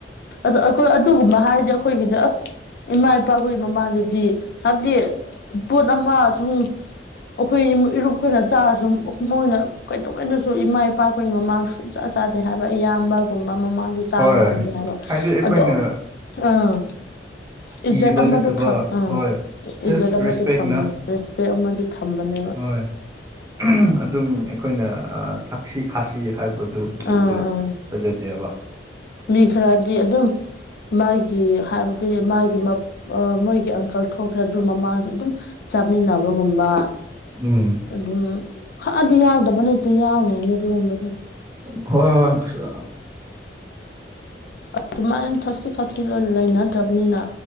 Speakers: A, on the left; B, on the right.
A: ꯑꯁ ꯑꯈꯣꯏ ꯑꯗꯨꯒꯨꯝꯕ ꯍꯥꯏꯔꯗꯤ ꯑꯈꯣꯏꯒꯤꯗ ꯑꯁ ꯏꯃꯥ ꯏꯄꯥꯈꯣꯏ ꯃꯃꯥꯡꯗꯗꯤ ꯍꯥꯏꯕꯗꯤ ꯄꯣꯠ ꯑꯃ ꯁꯨꯝ ꯑꯈꯣꯏ ꯏꯃꯨ ꯏꯔꯨꯞꯈꯣꯏꯅ ꯆꯥꯔꯁꯨ ꯃꯣꯏꯅ ꯀꯩꯗꯧꯉꯩꯗꯁꯨ ꯏꯃꯥ ꯏꯄꯥ ꯈꯣꯏ ꯃꯃꯥꯡꯗꯁꯨ ꯁꯨꯡꯆꯥ ꯆꯥꯗꯦ ꯍꯥꯏꯕ ꯏꯌꯥꯝꯕꯒꯨꯝꯕ ꯃꯃꯥꯡꯗ ꯆꯥꯕ
B: ꯍꯣꯏ
A: ꯉꯝꯗꯦ ꯍꯥꯏꯕ
B: ꯍꯥꯏꯗꯤ ꯑꯩꯈꯣꯏꯅ
A: ꯑꯗꯣ ꯑꯥ
B: ꯀꯤꯕ
A: ꯏꯖꯠ ꯑꯃꯗꯣ
B: ꯅꯠꯇꯕ
A: ꯊ ꯑꯥ
B: ꯍꯣꯏ
A: ꯏ
B: ꯖꯁ
A: ꯏꯖꯠ ꯑꯃꯗꯤ
B: ꯔꯦꯁꯄꯦꯛꯅ
A: ꯊꯝꯃꯣ ꯔꯦꯁꯄꯦꯛ ꯑꯃꯗꯤ ꯊꯝꯕꯅꯦꯕ
B: ꯍꯣꯏ <unintelligible> ꯑꯗꯨꯝ ꯑꯩꯈꯣꯏꯅ ꯑ ꯊꯛꯁꯤ ꯈꯥꯁꯤ ꯍꯥꯏꯕ ꯑꯗꯨ
A: ꯑꯥ
B: ꯃꯗꯨ
A: ꯑꯥ
B: ꯐꯖꯗꯦꯑꯕ
A: ꯃꯤ ꯈꯔꯗꯤ ꯑꯗꯨꯝ ꯃꯥꯒꯤ ꯍꯥꯏꯕꯗꯤ ꯃꯥꯒꯤ ꯃꯞ ꯑ ꯃꯣꯏꯒꯤ ꯑꯪꯀꯜ ꯊꯣꯛꯔꯗꯤ ꯃꯃꯥꯡꯁꯨ ꯑꯗꯨꯝ ꯆꯥꯃꯤꯟꯅꯕꯒꯨꯝꯕ
B: ꯎꯝ
A: ꯑꯗꯨꯝ ꯈꯛꯑꯗꯤ ꯌꯥꯎꯗꯕ ꯅꯠꯇꯦ ꯌꯥꯎꯔꯤꯅꯦ ꯑꯗꯨꯒꯨꯝꯕꯗꯣ
B: ꯑ ꯍꯣꯏ ꯍꯣꯏ ꯑꯁꯑꯌꯥꯝ
A: ꯑꯗꯨꯃꯥꯏꯅ ꯊꯛꯁꯤ ꯈꯥꯁꯤ ꯂꯣꯏ ꯂꯩꯅꯗ꯭ꯔꯕꯅꯤꯅ